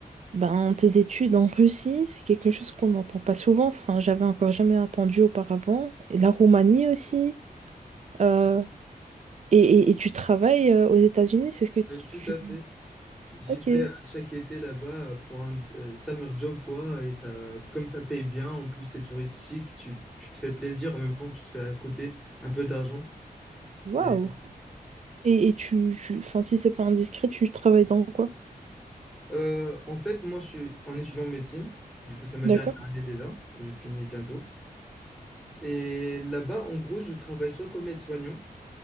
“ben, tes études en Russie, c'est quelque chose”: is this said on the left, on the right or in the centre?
Right